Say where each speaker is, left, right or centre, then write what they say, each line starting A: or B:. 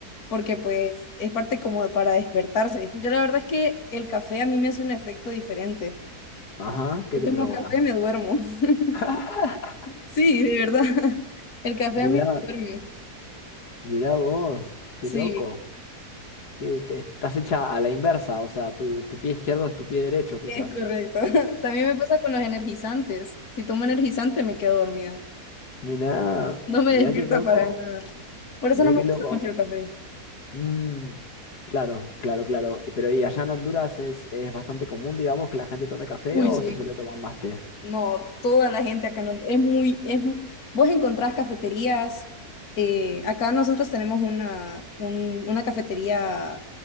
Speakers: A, on the left; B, on the left.
A: porque pues es parte como para despertarse. Yo la verdad es que el café a mí me hace un efecto diferente.
B: Ajá, ¿qué
A: Yo
B: te
A: tomo
B: provoca?
A: café y me duermo. <laughs>
B: <laughs>
A: Sí, de verdad. <laughs> El café
B: Mirá.
A: a mí me duerme.
B: Mirá vos, qué
A: Sí,
B: loco. Que te- estás hecha a la inversa, o sea, tu, tu pie izquierdo es tu pie derecho, quizás.
A: es correcto. <laughs> También me pasa con los energizantes. Si tomo energizante me quedo dormida.
B: Mirá,
A: No me
B: mirá
A: despierta
B: qué loco,
A: para nada. Por eso
B: mirá
A: no me
B: qué
A: gusta
B: loco.
A: mucho el café.
B: Mm, claro, claro, claro. Eh, Pero ¿y allá en Honduras es, es bastante común, digamos, que la gente tome café
A: Uy,
B: o
A: sí.
B: se suele tomar más té?
A: No, toda la gente acá no, es muy, es, mu- vos encontrás cafeterías, eh, acá nosotros tenemos una, un- una cafetería